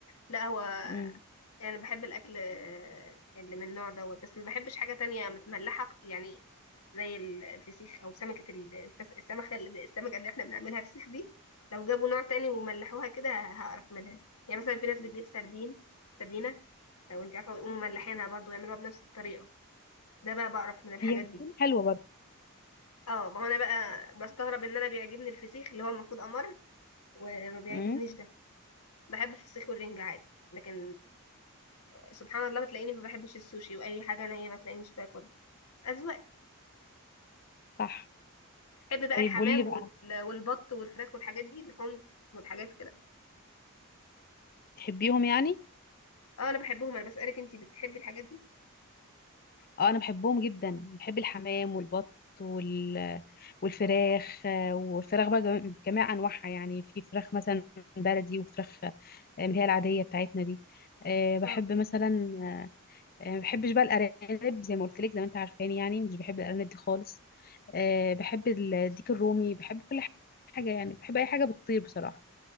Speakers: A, on the left; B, on the left.
A: لا هو
B: أمم،
A: يعني انا بحب الاكل آه، اللي من النوع دوت بس ما بحبش حاجه تانية متملحه يعني زي ال- الفسيخ او سمكه ال- الفس... السمكه اللي السمكه اللي احنا بنعملها فسيخ دي لو جابوا نوع تاني وملحوها كده هقرف منها يعني مثلا في ناس بتجيب سردين سردينه لو انت عارفه ويقوموا ملحينها برضو يعملوها بنفس الطريقه ده بقى بقرف من الحاجات
B: هي بتكون
A: دي
B: حلوه برضه
A: اه ما هو انا بقى بستغرب ان انا بيعجبني الفسيخ اللي هو المفروض امر وما بيعجبنيش
B: أمم،
A: ده بحب الفسيخ والرنجة عادي لكن سبحان الله بتلاقيني ما بحبش السوشي واي حاجه نيه ما تلاقينيش باكلها اذواق
B: صح
A: بحب بقى
B: طيب
A: الحمام
B: قولي لي بقى
A: وال- والبط والفراخ والحاجات دي اللحوم والحاجات كده
B: تحبيهم يعني
A: اه انا بحبهم انا بسالك انتي بتحبي الحاجات دي
B: اه انا بحبهم جدا بحب الحمام والبط وال... والفراخ آه، والفراخ بقى جم- بجميع انواعها يعني في فراخ مثلا بلدي وفراخ آه، اللي هي العاديه بتاعتنا دي آه، بحب
A: اه
B: مثلا آه، ما بحبش بقى الارانب زي ما قلت لك زي ما انت عارفاني يعني مش بحب الارانب دي خالص آه، بحب ال- الديك الرومي بحب كل حاجه يعني بحب اي حاجه بتطير بصراحه